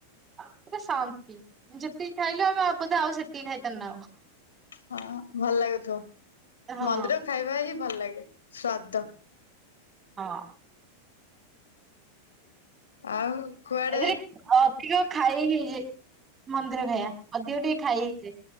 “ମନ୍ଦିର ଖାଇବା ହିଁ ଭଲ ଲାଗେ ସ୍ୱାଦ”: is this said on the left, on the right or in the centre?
Left